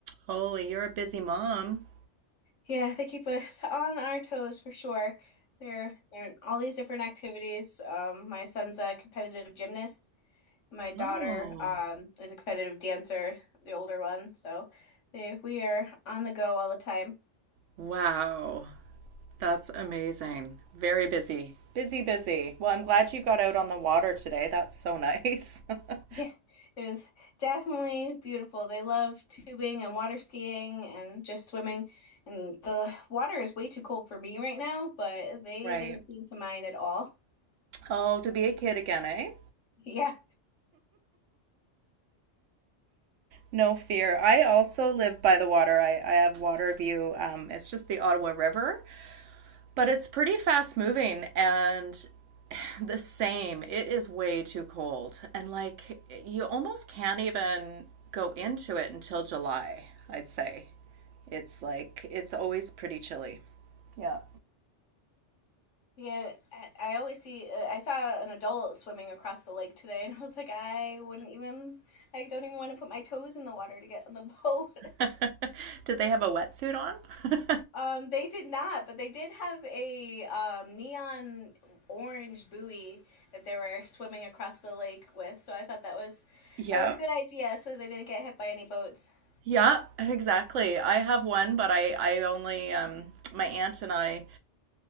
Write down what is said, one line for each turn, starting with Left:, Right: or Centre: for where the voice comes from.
Right: Holy, you're a busy mom.
Left: Yeah, they keep us <laughs> on our toes for sure. They're they're in all these different activities. Um, my son's a competitive gymnast. My daughter
Right: Oh,
Left: um, is a competitive dancer, the older one. So they, we are on the go all the time.
Right: wow. That's amazing. Very busy. Busy, busy. Well, I'm glad you got out on the water today. That's so nice. <laughs>
Left: Yeah, it was definitely beautiful. They love tubing and water skiing and just swimming. And the water is way too cold for me right now, but they
Right: Right.
Left: didn't seem to mind at all. <laughs>
Right: Oh, to be a kid again, eh?
Left: Yeah.
Right: No fear. I also live by the water. I, I have water view. Um, it's just the Ottawa River, but it's pretty fast moving and <sighs> the same. It is way too cold. And like you almost can't even go into it until July, I'd say. It's like it's always pretty chilly. Yeah.
Left: Yeah, I, I always see, uh, I saw an adult swimming across the lake today, and I was like, I wouldn't even, I don't even want to put my toes in the water to get on the <laughs> boat.
Right: <laughs> Did they have a wetsuit on? <laughs>
Left: Um, they did not, but they did have a um, neon orange buoy that they were swimming across the lake with. So I thought that was
Right: Yeah.
Left: that was a good idea, so they didn't get hit by any boats. <laughs>
Right: Yeah, exactly. I have one, but I I only um my aunt and I